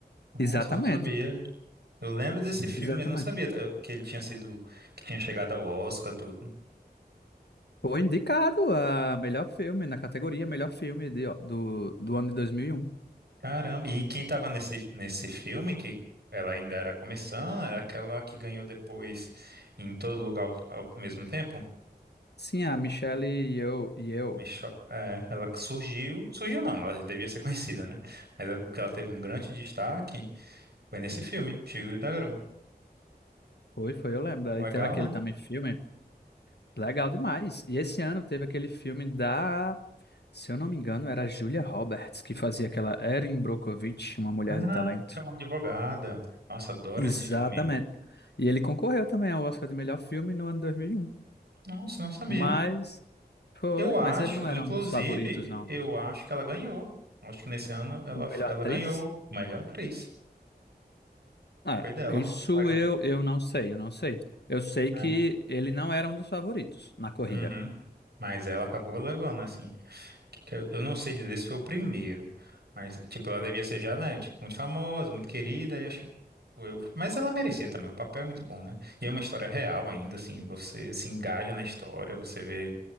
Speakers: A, on the right; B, on the left.
A: Nossa,
B: exatamente.
A: eu não sabia. Eu lembro desse filme,
B: Exatamente.
A: mas não sabia tá, que ele tinha sido, que tinha chegado ao Oscar, tudo.
B: Foi indicado a melhor filme, na categoria melhor filme de- do, do ano de 2001.
A: Caramba, e quem tava nesse, nesse filme, que ela ainda era começando, era aquela que ganhou depois em todo lugar ao, ao mesmo tempo?
B: Sim,
A: Qual-
B: a Michelle e eu. E eu.
A: Michelle- É, ela que surgiu, surgiu não, ela já devia ser <laughs> conhecida, né? Mas o que ela teve um grande destaque foi nesse filme, Chico e o Dragão.
B: Foi, foi, eu lembro.
A: Legal,
B: E teve aquele
A: né?
B: também filme. Legal demais. E esse ano teve aquele filme da, se eu não me engano, era Julia Roberts, que fazia aquela Erin Brockovich, uma mulher
A: Ah,
B: de talento.
A: que é uma advogada. Nossa, adoro
B: Exatamente.
A: esse filme.
B: E ele concorreu também ao Oscar de melhor filme no ano 2001.
A: Nossa, não sabia.
B: Mas foi,
A: Eu acho,
B: mas ele não
A: inclusive,
B: era um dos favoritos, não.
A: eu acho que ela ganhou. Acho que nesse ano ela,
B: Melhor
A: ela
B: atriz?
A: ganhou melhor atriz.
B: É,
A: Foi dela.
B: isso
A: Legal.
B: eu, eu não sei, eu não sei. Eu sei
A: É.
B: que ele não era um dos favoritos na corrida.
A: Uhum. Mas ela acabou levando, assim. Que- que Eu eu não sei dizer se foi o primeiro. Mas, tipo, ela devia ser já, né? Tipo, muito famosa, muito querida. E acho que. Eu... Mas ela merecia também. O papel é muito bom, né? E é uma história real ainda, assim. Você se engaja na história, você vê.